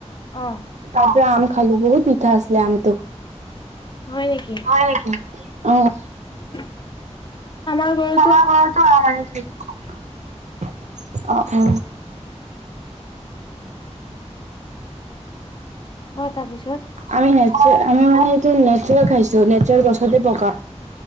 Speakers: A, on the left; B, on the right.
A: অ'
B: অ', তাৰ পৰা আম খালো বহুত মিঠা আছিলে আমটো
A: হয় নেকি?
B: হয় নেকি? অ'
A: <inaudible> আমাৰ ঘৰত
B: আমাৰ ঘৰতো আম আনি থৈছোঁ। অ, অ'
A: ক', তাৰপিছত
B: আমি নেৰ্চা আমি মানে এইটো নেৰ্চাৰেল খাইছো নেৰ্চাৰেল গছতে পকা।